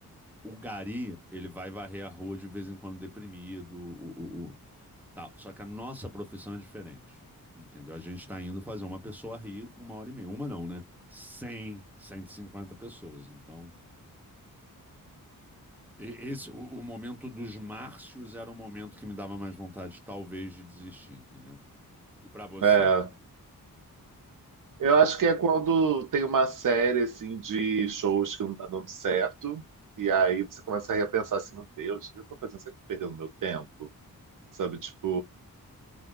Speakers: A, in the centre; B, on the right (about 65°).
A: o gari, ele vai varrer a rua de vez em quando deprimido, o, o- o- tal. Só que a nossa profissão é diferente. Entendeu? A gente está indo fazer uma pessoa rir uma hora e meia. Uma não, né? Cem, cento e cinquenta pessoas. Então, E- Esse, o, o momento dos Márcios era um momento que me dava mais vontade, talvez, de desistir, entendeu? E pra você?
B: É, eu acho que é quando tem uma série assim de shows que não tá dando certo, e aí você começa a repensar assim, meu Deus, o que eu tô fazendo? Será que eu tô perdendo meu tempo? Sabe, tipo,